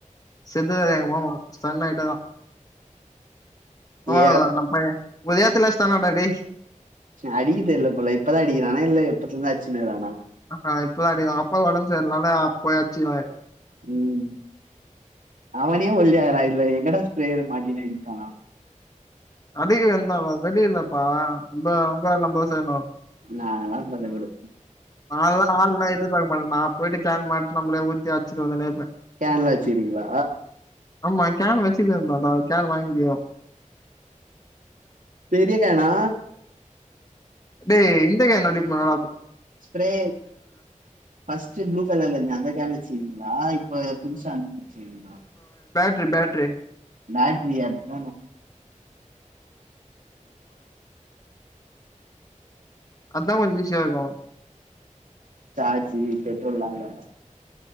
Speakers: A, on the left; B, on the right.
A: செத்டாரு எங்க மாமா ஸ்டன் ஆயிட்டாராம் ஆ
B: ஏ
A: நம்ம பைய உதயத்துல சன்டா டேய்
B: அடிக்க தெரியல போல இப்பதா அடிக்கிறானா இல்ல எப்பத்துல இருந்து அடிச்ருக்கான
A: அ இப்பதா அடிகாங்க அப்பா உடம்பு செர்னால அப்ப அச்சுறாங்க
B: ம் அவனே ஒல்லியாரக்ற இதுல எங்கடா ஸ்ப்ரேய மாட்டுனு நிப்பா
A: அபி <unintelligible> வரவே இல்லப்பா ரொம்ப ரொம்பா நம்ப தா செய்னு
B: நா எல்லா <unintelligible> குடு
A: நால்லா ஆள்லா இருந்தா இருப்பாங்க நா போய்ட்டு கேன் மாட் நம்ளே ஊதி ஆச்ட்டு வந்தூனே இருப்பே
B: கேன்லா வச்சுறீங்களா
A: ஆமா கேன் வச்சுக்றோந்தாண்டா கேன் வாங்கிகோ
B: பெரியக்கேனா
A: டேய் இந்தகேனு அடிக்குமாராப்
B: ஸ்ப்ரே பஃஸ்டு ப்ளூ கலர்ல இருந்மே அந்த கேன் வச்சிந்தீங்களா இப்ப புதுசா அன்வச்சிங்களா
A: இது பேட்ரி
B: பேட்ரியா <inaudible>
A: அத கொஞ்சோ ஈஸியா இருக்கு
B: சார்ஜூ பெட்ரோல இல்லாம